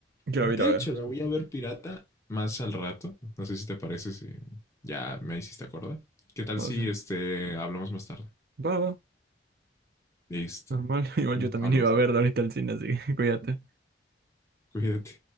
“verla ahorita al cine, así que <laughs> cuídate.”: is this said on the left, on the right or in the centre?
Right